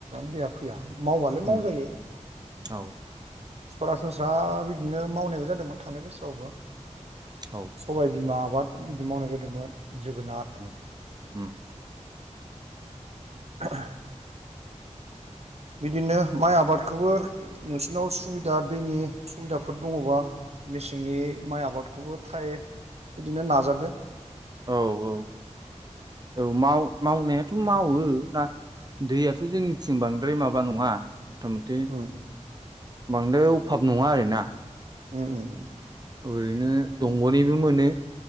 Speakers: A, on the right; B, on the right.
A: दैया फैया। मावबालाय मावजायो।
B: उम औ
A: सरासनस्रा बिदिनो मावनायबो जादोंमोन थांनाय बोसोरावबो
B: औ
A: सबाय बिमा। आबाद बिदि मावनाय जादोंमोन जोगोनार
B: उम उम
A: <unintelligible> बिदिनो माइ आबादखौबो नोंसिनाव सुबि दा दैनि सुबिदाफोर दङबा मेसेंनि माइ आबादखौबो थाइ बिदिनो नाजादो।
B: औ औ औ माव-मावनायाथ' मावो ना। दैयाथ' जोंनिथिं बांद्राय माबा नङा। मथा मथि
A: उम
B: बांद्राय अभाब नङा आरोना।
A: ओम ओम ओम।
B: ओरैनो दंग'निबो मोनो